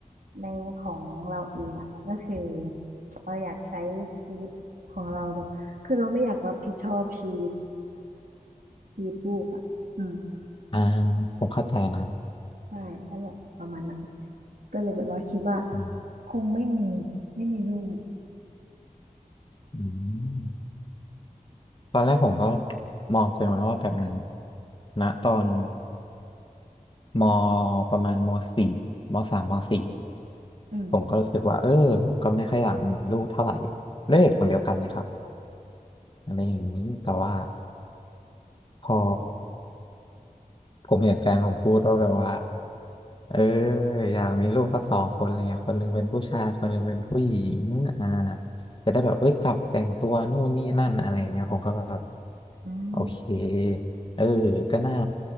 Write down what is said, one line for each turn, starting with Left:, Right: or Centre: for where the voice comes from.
Right: ในของเราเองอ่ะก็คือเราอยากใช้ชีวิตของเราแบบคือเราไม่อยากรับผิดชอบชีวิตชีวิตลูกอ่ะอืม
Left: <laughs> อ่าผมเข้าใจนะ
Right: ใช่นั่นแหละประมาณนั้นก็เลยแบบว่าคิดว่า
Left: อืม
Right: คงไม่มีไม่มีลูก
Left: อืมตอนแรกผมก็มองตัวเองไว้ว่าแบบนั้นณตอน ม ประมาณมสี่มสามมสี่
Right: อืม
Left: ผมก็รู้สึกว่าเออผมก็ไม่ค่อยอยากมีลูกเท่าไหร่ด้วยเหตุผลเดียวกันเลยครับอะไรอย่างนี้แต่ว่าพอผมเห็นแฟนผมพูดว่าแบบว่า เอออยากมีลูกสักสองคนอะไรเงี้ยคนหนึ่งเป็นผู้ชายคนหนึ่งเป็นผู้หญิงอ่าจะได้แบบเอ้ยจับแต่งตัวนู่นนี่นั่นอะไรเงี้ยผมก็แบบ
Right: อืม
Left: โอเคเออก็น่า